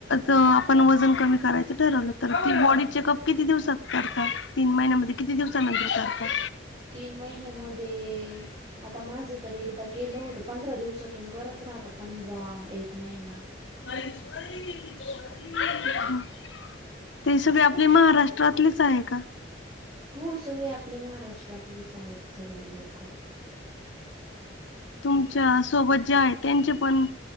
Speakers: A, on the left; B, on the right.
A: आपण वजन कमी करायचं ठरवलं तर ती बॉडी चेकअप किती दिवसात करतात तीन महिन्यामध्ये किती दिवसानंतर करतात?
B: तीन महिन्या मध्ये आता माझं तर एकदा केलं होतं पंधरा दिवसा तुन करत राहता पंधरा एक महिना
A: <inaudible> ते सगळे आपले महाराष्ट्रातलेच आहे का?
B: हो सगळे आपले महाराष्ट्रातलेच आहेत सगळे लोक
A: तुमच्या सोबत जे आहे, त्यांचे पण